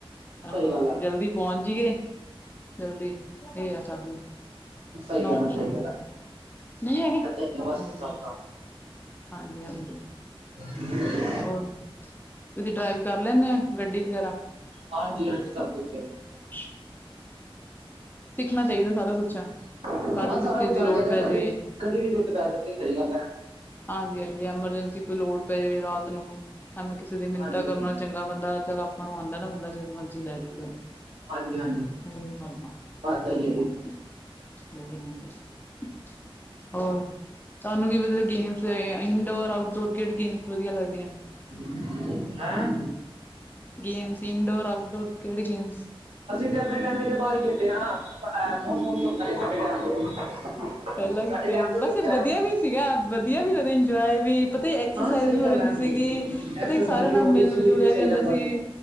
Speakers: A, on the left; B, on the right.
A: ਹਾਂ,
B: ਸਹੀ ਗੱਲ ਆ,
A: ਜਲਦੀ ਪਹੁੰਚ ਜੀ ਈਏ। ਜਲਦੀ ਏ ਆ ਸਭ ਨੂੰ।
B: ਸਈ
A: ਨੋ
B: ਗੱਲ ਆ, ਸਈ ਗੱਲ ਆ,
A: ਨਹੀਂ ਹੈਗੇ
B: ਏਦਾਂ ਈ ਬਸ,
A: ਹਾਂਜੀ
B: ਸਬ ਦਾ।
A: ਹਾਂਜੀ, ਹਾਂਜੀ।
B: <inaudible>
A: ਹੋਰ, ਤੁਸੀਂ ਡਰਾਈਵ ਕਰ ਲੈਂਣੇ ਆਂ, ਗੱਡੀ ਵਗੈਰਾ।
B: ਹਾਂਜੀ, ਹਾਂਜੀ। ਸਭ ਕੁਝ।
A: <unintelligible> ਸਿੱਖਣਾ ਚਾਈਦਾ ਸਾਰਾ ਕੁਛ।
B: ਹਾਂ,
A: ਕਦ ਕਿਸ
B: ਸਾਰਾ
A: ਚੀਜ਼
B: ਕੁਛ
A: ਦੀ
B: ਆਣਾ
A: ਲੋੜ
B: ਚਾਈਦਾ
A: ਪੈ ਜਾਵੇ
B: ਕਦੀ, ਕਦੀ ਵੀ ਜਰੂਰਤ ਪੈ ਸਕਦੀ ਐ। ਸਈ ਗੱਲ ਐ।
A: ਹਾਂਜੀ, ਹਾਂਜੀ ਐਮਰਜੈਂਸੀ ਕੋਈ ਲੋੜ ਪੈ ਜੇ ਰਾਤ ਨੂੰ। ਕਿਸੇ ਦੀ ਮਿੰਨਤਾਂ
B: ਹਾਂਜੀ।
A: ਕਰਨ ਨਾਲੋਂ ਚੰਗਾ ਬੰਦਾ ਚੱਲ ਆਪਾਂ ਨੂੰ ਆਂਦਾ ਨਾਂ ਬੰਦਾ ਜਦ ਮਰਜੀ ਲੈ ਜਾਵੇ।
B: ਹਾਂਜੀ-ਹਾਂਜੀ,
A: <unintelligible>
B: ਪਤਾ
A: ਵਧੀਆ
B: ਹੀ ਹੈ ਜੀ,
A: <unintelligible> ਹੋਰ? ਤਾਨੂੰ ਕੀ ਮਤਲਬ ਗੇਮਸ ਇੰਨਡੋਰ-ਆਊਟਡੋਰ ਕੇੜੀ ਗੇਮਸ ਵਧੀਆ ਲੱਗਦੀਆਂ।
B: <unintelligible> ਹੈਂ?
A: ਗੇਮਸ ਇੰਨਡੋਰ, ਆਊਟ ਡੋਰ ਕੇੜੀ ਗੇਮਸ।
B: ਅਸੀਂ ਤੇ ਆਪਣੇ ਟਾਈਮ ਤੇ ਬਾਰ ਈ ਖੇਡੇ ਆਂ। ਐ ਫੋਨ-ਫੂਨ ਤੇ ਹੁੰਦਾ ਨੀਂ ਸਾਡੇ ਟੈਮ ਤੇ।
A: ਪੈਲਾਂ
B: ਸਾਡੇ
A: ਕਿਥੇ,
B: ਟਾਈਮ ਤੋਂ ਕਿੱਥੇ
A: ਵੈਸੇ ਵਧੀਆ ਵੀ ਸੀਗਾ ਵਧੀਆ ਵੀ ਲੱਗਦਾ, ਇੰਜੋਏ ਵੀ ਪਤਾ ਐਕਸਰਸਾਈਜ਼
B: ਹਾਂ ਸਹੀ
A: ਵੀ ਹੋ
B: ਗੱਲ
A: ਜਾਂਦੀ
B: ਹੈ
A: ਸੀਗੀ। ਪਤਾ
B: ਐਕਸਰਸਾਈਜ਼
A: ਸਾਰਿਆਂ
B: ਵੀ
A: ਨਾਲ
B: ਹੋ
A: ਮਿਲ
B: ਗਈ ਸਰੀਰ
A: ਜੁਲਿਆ
B: ਸਹੀ
A: ਵੀ ਜਾਂਦਾ
B: ਰਹਿੰਦਾ
A: ਸੀ।